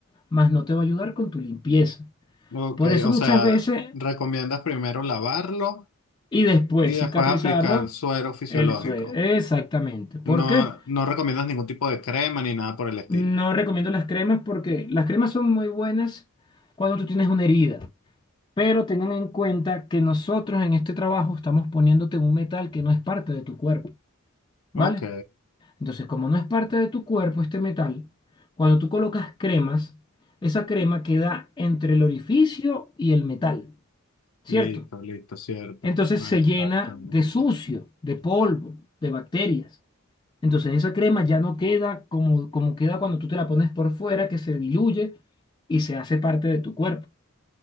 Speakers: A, on the left; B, on the left.
A: más no te va a ayudar con tu limpieza.
B: Ok,
A: Por eso
B: o
A: muchas
B: sea,
A: veces
B: recomiendas primero lavarlo
A: y después
B: y después
A: cicatrizarlo
B: aplicar suero fisiológico.
A: el suero. Exactamente. ¿Por
B: No,
A: qué?
B: no recomiendas ningún tipo de crema ni nada por el estilo.
A: No recomiendo las cremas porque las cremas son muy buenas cuando tú tienes una herida, pero tengan en cuenta que nosotros en este trabajo estamos poniéndote un metal que no es parte de tu cuerpo, ¿vale?
B: Ok,
A: Entonces, como no es parte de tu cuerpo este metal, cuando tú colocas cremas, esa crema queda entre el orificio y el metal, ¿cierto?
B: listo, listo, cierto.
A: Entonces
B: Exactamente.
A: se llena de sucio, de polvo, de bacterias. Entonces esa crema ya no queda como, como queda cuando tú te la pones por fuera, que se diluye y se hace parte de tu cuerpo.